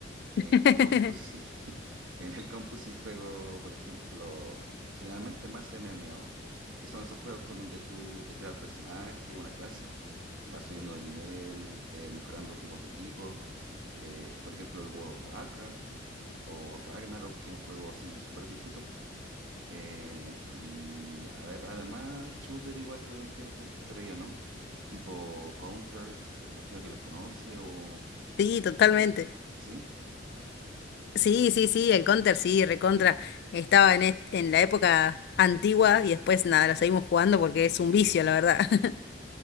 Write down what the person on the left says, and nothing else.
<laughs>
Sí, totalmente.
Sí, sí, sí,
el Counter, sí, recontra. Estaba en, est- en la época antigua y después nada, la seguimos jugando porque es un vicio, la verdad. <laughs>